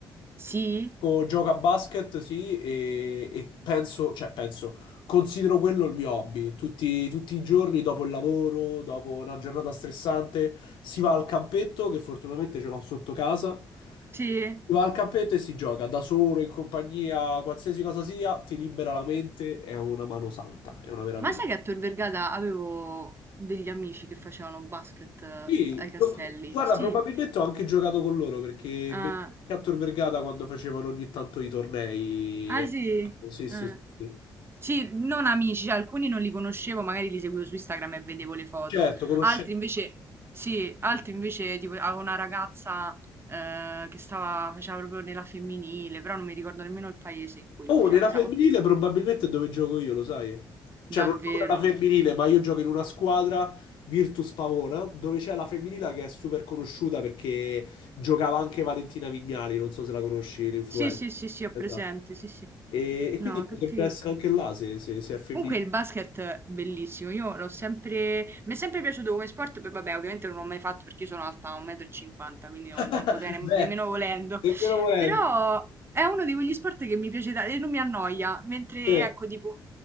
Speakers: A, on the right; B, on the left.
A: Sì,
B: Gioco gioco a basket, sì, e, e penso, cioè penso, considero quello il mio hobby. Tutti, tutti i giorni dopo il lavoro, dopo una giornata stressante, si va al campetto, che fortunatamente ce l'ho sotto casa.
A: sì.
B: Si va al campetto e si gioca da solo, in compagnia, qualsiasi cosa sia, ti libera la mente, è una mano santa, è una meraviglia.
A: Ma sai che a Tor Vergata avevo degli amici che facevano basket eh,
B: Sì,
A: ai castelli?
B: pro- guarda,
A: Sì.
B: probabilmente ho anche giocato con loro perché
A: Ah,
B: ve- Cantor Vergata quando facevano ogni tanto i tornei.
A: ah,
B: eh,
A: sì.
B: Sì, sì,
A: Ah.
B: sì. sì.
A: Sì, non amici, cioè, alcuni non li conoscevo, magari li seguivo su Instagram e vedevo le foto.
B: Certo, conoscendo.
A: Altri invece, sì, altri invece, tipo, avevo una ragazza eh, che stava, faceva proprio nella femminile, però non mi ricordo nemmeno il paese in cui lo
B: Oh,
A: faceva,
B: nella
A: mi sa,
B: femminile
A: oh,
B: probabilmente è dove gioco io, lo sai? Cioè,
A: davvero.
B: non gioco nella femminile, ma io gioco in una squadra Virtus Pavona, dove c'è la femminile che è super conosciuta perché giocava anche Valentina Vignali, non so se la conosci, l'influencer.
A: Sì, sì, sì, sì, ho
B: Esatto.
A: presente, sì, sì.
B: E, e
A: No,
B: quindi
A: che
B: potrebbe
A: figo.
B: essere anche là se, se se è femminile.
A: Comunque il basket è bellissimo, io l'ho sempre, mi è sempre piaciuto come sport, poi vabbè ovviamente non l'ho mai fatto perché io sono alta 1,50 m, quindi non, non
B: <laughs>
A: potrei nemm-
B: Beh,
A: nemmeno volendo,
B: nemmeno volendo.
A: però è uno di quegli sport che mi piace tanto e non mi annoia, mentre
B: Sì,
A: ecco tipo,